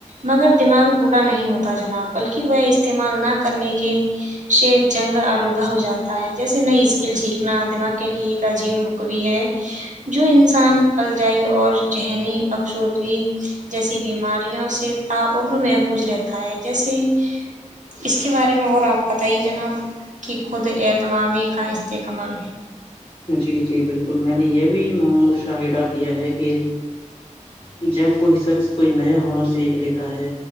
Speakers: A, on the right; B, on the left.
A: مگر دماغ بوڑا نہیں ہوتا جناب بلکہ وہ استعمال نہ کرنے کے صرف جنگ آلودہ ہو جاتا ہے جیسے نئی اسکل سیکھنا دماغ کے لیے ایک عظیم بھی ہے جو انسان الجائی اور ذہنی افسرگی جیسی بیماریوں سے تاعمر محفوظ رہتا ہے جیسے اس کے بارے میں اور آپ بتائیے جناب کہ خود اعتمامی کا استکمل
B: جی جی بالکل میں نے یہ بھی مشاہدہ کیا ہے کہ کے جب کوئی شخص کوئی نیا ہنر سیکھ لیتا ہے